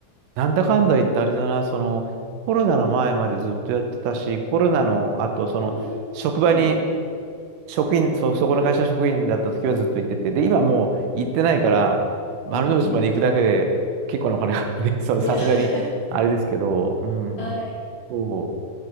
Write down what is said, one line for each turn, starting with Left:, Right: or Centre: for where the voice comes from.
Right: なんだかんだ言ってあれだな、その、コロナの前までずっとやってたし、コロナの後、その、
Left: ええはい。
Right: 職場に、職員、そ、そこの会社の職員だった時はずっと行ってて、で、今もう行ってないから、丸の内まで行くだけで結構なお金がかかるんで、
Left: うんうん。
Right: <laughs> その、
Left: ね
Right: さすがに、
Left: <laughs>
Right: あれですけど、うん、
Left: はい。
Right: そ